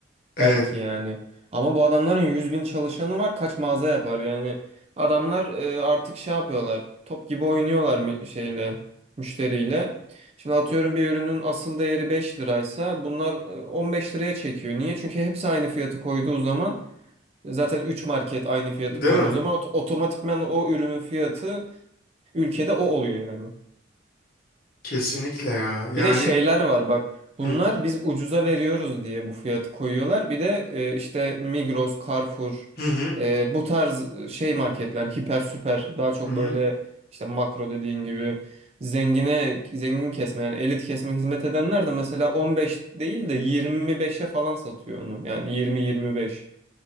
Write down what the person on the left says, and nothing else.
Evet,
değil
mi?
Kesinlikle ya. Yani
hı
hı hı
hı. hı.